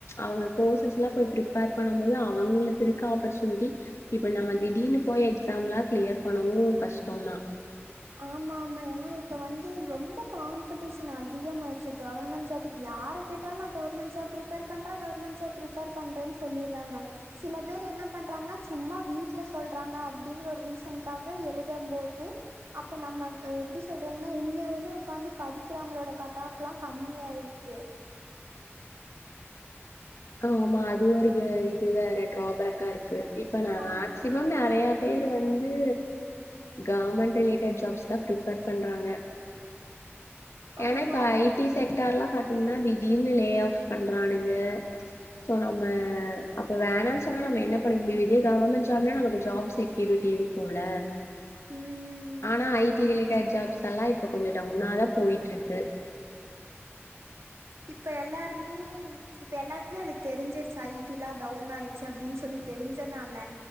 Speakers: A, on the left (about 80°); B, on the right (about 80°).
A: அவங்க கோர்ஸஸ்லா போய் ப்ரிப்பேர் பண்ணும் போது அவங்களுக்கு இருக்க ஆப்பர்ச்சுனிட்டி இப்போ நம்ம திடீர்னு போய் எக்ஸாம் எல்லாம் ஃக்ளியர் பண்ணவும் கஷ்டோ தா
B: ஆமா ஆமா ஏனா இப்ப வந்து ரொம்ப காம்படிஷன் அதிகமாயிடுச்சு ஃகவர்மெண்ட் ஜாபக்கு யாரு கேட்டாலு நா ஃகவர்மெண்ட் ஜாப் ப்ரிப்பேர் பண்றே ஃகவர்மெண்ட் ஜாப் ப்ரிப்பேர் பண்றேன்னு சொல்லிர்றாங்க சில பேர் என்ன பண்றாங்கன்னா சும்மா வீட்ல சொல்றாங்க அப்டிங்கற ஒரு ரீசனுக்காக எழுதம்போது து அப்ப நம்ம எப்டி சொல்றாங்கன்னா உண்மையாலுமே உக்காந்து படிக்கிறவங்களோட கட் ஆப் எல்லா கம்மியாயிச்சி
A: ஆமா அது ஒரு இது வே இது வேற டிராபேக்காருக் ங்கு இப்ப நா மேக்சிமம்
B: ஆமா.
A: நறையா பேரு வந்து ஃகவர்மெண்ட் ரிலேட்டட் ஜாப்ஸ்தா ஃப்ரிப்பேர் பண்றாங்க ஏன்னா
B: ஆமாமா.
A: இப்ப ஐ ட்டி செக்டர்லா பாத் இன்னா திடீர்னு லே ஆஃப் பண்றானுங்க சோ நம்ம அப்ப வேணாம்னு சொன்னா நம்ம என்ன பண்ண முடியும் இதே ஃகவர்மெண்ட் ஜாப்ல நமக்கு ஜாப் செக்யூரிட்டி இருக்குல்ல
B: ம்.
A: ஆனா
B: ஆமாமா.
A: ஐ டி ரிலேட்டர் ஜாப்ஸ்ல்லா இப் இப்ப கொஞ்ச டவுனாதா போய்ட்ருக்கு
B: இப்ப எல்லாருமே இப்ப எல்லாருக்குமே அது தெரிஞ்சிருச்சு ஐ டிலா டவுன் ஆயிடுச்சு அப்டின்னு சொல்லி தெரிஞ்சனால